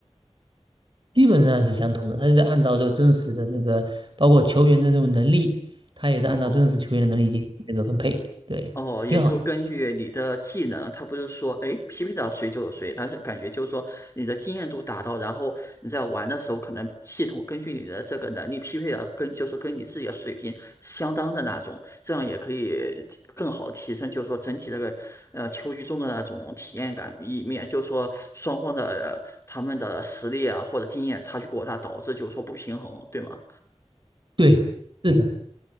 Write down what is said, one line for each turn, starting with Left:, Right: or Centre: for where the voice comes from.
Right: 基本上是相同的。他是在按照这个真实的那个，包括球员的这种能力，他也是按照真实球员的能力进行那个分配，
Left: 哦
Right: 对，
Left: 哦，也就根据你的技能，
Right: 挺好的。
Left: 他不是说，哎，匹配到谁就是谁，他是感觉就是说你的经验度达到，然后你在玩的时候，可能系统根据你的这个能力匹配的跟就是跟你自己的水平相当的那种，这样也可以提更好提升，就是说整体这个呃球局中的那种体验感一面，就是说双方的、呃他们的实力啊或者经验差距过大，导致就是说不平衡，对吗？
Right: 对，是的，